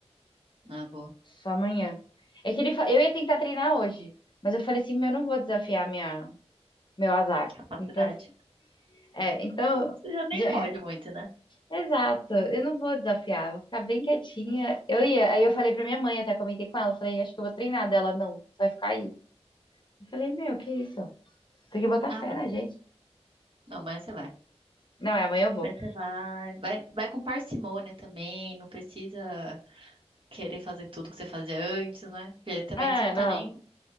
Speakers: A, on the right (about 50°); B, on the left (about 45°).
A: Ah, boa.
B: Só amanhã. É que ele, fa- eu ia tentar treinar hoje, mas eu falei assim, meu, eu não vou desafiar minha, meu azar.
A: Capacidade.
B: Então, assim, é, então.
A: Você já nem
B: Já,
A: pode muito, né?
B: Exato, eu não vou desafiar, vou ficar bem quietinha. Eu ia, aí eu falei pra minha mãe, até comentei com ela, eu falei, acho que eu vou treinar dela, não, você vai ficar aí. Eu falei, meu, que isso? Tem que botar
A: Ah,
B: fé
A: não.
B: na gente.
A: Não, mas você vai.
B: Não, é amanhã eu vou.
A: Mas você vai. Vai, vai com parcimônia também, não precisa querer fazer tudo que você fazia antes, né? Porque também
B: Ah,
A: você não
B: não.
A: tá nem.